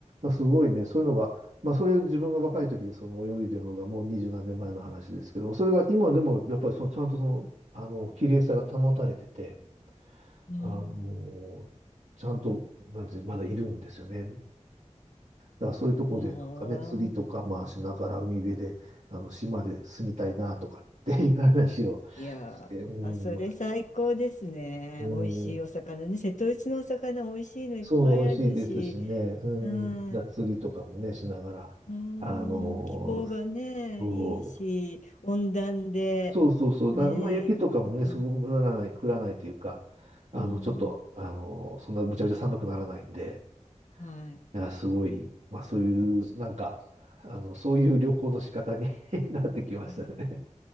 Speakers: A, on the right; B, on the left.
A: あ、すごいね、そういうのが、まあ、それ自分が若い時でその泳いでるのがもう二十何年前の話ですけども、それが今でもやっぱりそのちゃんとその、あの、綺麗さが保たれてて、
B: うん。
A: あの、ちゃんと、なんていう、まだいるんですよね。だからそういうとこで、
B: ああ、
A: なんかね、釣りとか、まあ、しながら海辺で、あの、島で住みたいなとかっていう話をして、
B: いやー、
A: うん、
B: あ、それ最高ですね。
A: まあ、うん。
B: 美味しいお魚ね。瀬戸内のお魚美味しいのいっぱいあるし。
A: そう、美味しいですしね、う
B: うん。
A: ん、だ釣りとかもね、しながら、
B: うーん、
A: あのー
B: 気候がね、
A: そ
B: いいし、温暖で、
A: う、そうそうそう、だ、
B: ねえ、
A: まあ、雪とかもね、そう降らない、
B: うん、
A: 降らないというか、あの、
B: うん
A: ちょっと、あのーそんなむちゃくちゃ寒くならないんで、
B: はい。
A: あ、すごい、まあ、そういう、なんか、あの、そういう旅行の仕方に <laughs> なってきましたね。
B: はい